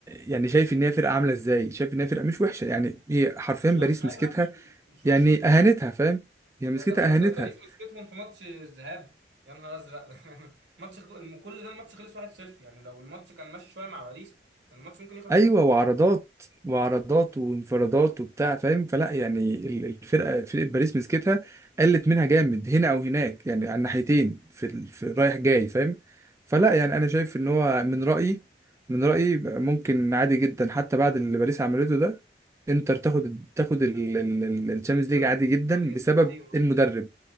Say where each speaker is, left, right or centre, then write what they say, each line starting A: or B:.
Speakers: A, on the right; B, on the right.
A: يعني شايف ان هي فرقه عامله ازاي شايف ان هي فرقه مش وحشه يعني هي حرفيا
B: مش
A: باريس
B: وحشه ايوه
A: مسكتها
B: لا مش مش
A: يعني
B: وحشين
A: اهانتها فاهم هي مسكتها
B: ده ده باريس
A: اهانتها
B: باريس مسكتهم في ماتش الذهاب يا نهار ازرق <laughs> ماتش الخ- كل ده الماتش خلص 1-0 يعني لو الماتش كان ماشي شويه مع باريس كان الماتش ممكن يخلص
A: ايوه
B: سكور
A: وعرضات وعرضات وانفرادات وبتاع فاهم فلا يعني ال- الفرقه فرقه باريس مسكتها قلت منها جامد هنا او هناك يعني على الناحيتين في ال- في رايح جاي فاهم فلا يعني انا شايف ان هو من رايي من رايي ممكن عادي جدا حتى بعد اللي باريس عملته ده انتر تاخد تاخد الشامpiونز
B: الشامبيونز
A: ليج عادي جدا
B: ليج سهل جدا
A: بسبب
B: ايوه
A: المدرب